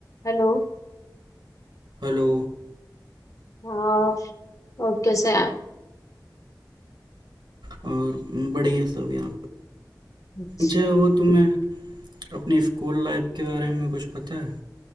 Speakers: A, on the left (about 45°); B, on the right (about 85°).
A: Hello
B: Hello
A: हाँ और कैसे हैं आप
B: और बड़े हैं सब यहाँ
A: अच्छा
B: पे अच्छा वो तुम्हें अपनी स्कूल लाइफ के बारे में कुछ पता है